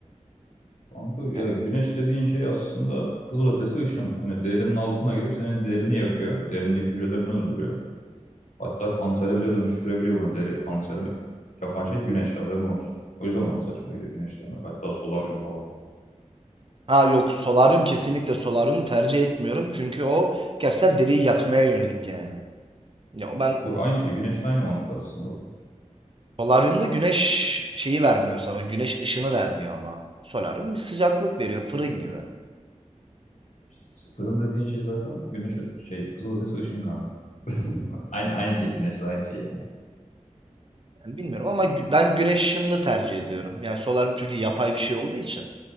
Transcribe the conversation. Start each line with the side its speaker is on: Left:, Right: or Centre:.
Left: Kanka ya
Right: Yani
Left: güneş dediğin şey aslında kızılötesi ışın. Hani derinin altına girip senin derini yakıyor. Derindeki hücrelerini öldürüyor. Hatta kansere bile dönüştürebiliyor bunu. Deri kanseri yapan şey güneş haberin olsun. O yüzden bana saçma geliyor güneşlenmek. Hatta solaryum falan.
Right: Ha yok solaryum kesinlikle solaryumu tercih etmiyorum. Çünkü o gerçekten deriyi yakmaya yönelik yani. Ya ben
Left: Yok aynı şey. Güneşle aynı mantık aslında orada.
Right: Solaryumda güneş şeyi vermiyor sana. Güneş ışını vermiyor ama. Solaryum bir sıcaklık veriyor fırın gibi.
Left: İşte sıfırın dediğin şey zaten güneş şey kızılötesi ışın kanka. <laughs> Aynı, aynı şey güneşle aynı şey
Right: Yani bilmiyorum ama gü- ben güneş ışınını tercih ediyorum. Yani solaryum çünkü yapay bir şey olduğu için.